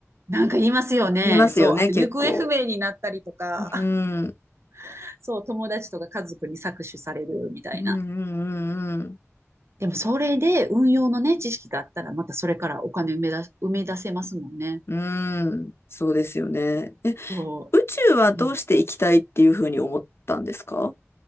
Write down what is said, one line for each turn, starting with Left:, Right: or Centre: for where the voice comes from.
Right: なんか言いますよね。
Left: 言いますよね、
Right: そう。あと、
Left: 結構。
Right: 行方不明になったりとか、
Left: うん、
Right: <laughs> そう、友達とか家族に搾取されるみたいな。
Left: うん、うん、うん。うん
Right: でも、それで運用のね、知識があったら、またそれからお金埋めだ、埋め出せますもんね。
Left: うーん、そうですよね。え、
Right: そ
Left: 宇宙はどうして行きたいっていうふうに思ったんですか
Right: う。